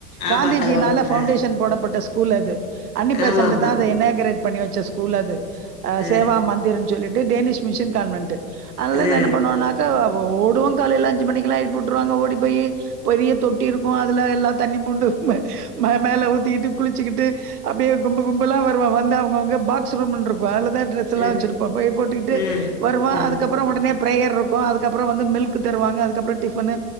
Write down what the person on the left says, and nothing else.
ஆமா
கழுவணு
அ
ஆமா ஆமா
அ
அ
ம்
ம்
ம்